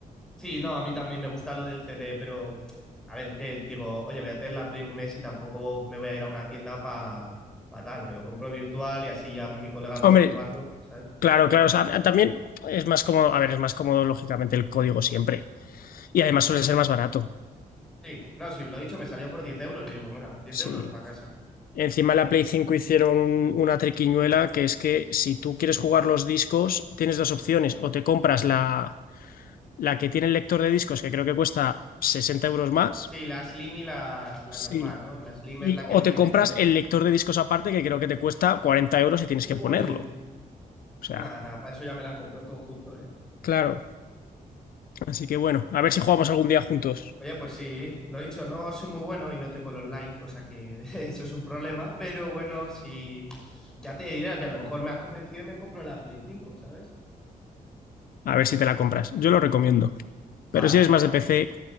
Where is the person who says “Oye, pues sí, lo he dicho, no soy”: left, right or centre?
Centre